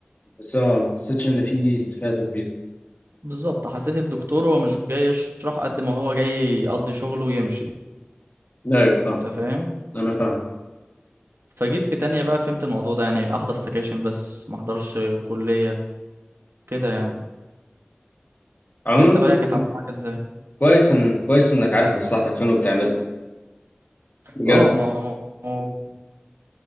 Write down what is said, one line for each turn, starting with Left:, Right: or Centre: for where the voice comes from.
Left: بس اه ما حسيتش ان في استفادة كبيرة
Right: بالظبط حسيت الدكتور هو مش جاي يشرح قد ما هو جاي يقضي شغله ويمشي
Left: لا ايوه فاهم
Right: انت فاهم
Left: انا فاهم
Right: فجيت في تانية بقى فهمت الموضوع ده يعني احضر سكاشن بس ما احضرش كليه كده يعني
Left: عموما
Right: انت بقى
Left: كويس
Right: كانت عامل معاك ازاي
Left: كويس إن... كويس انك عارف مصلحتك فين وبتعملها بجد
Right: اه ما هو هو-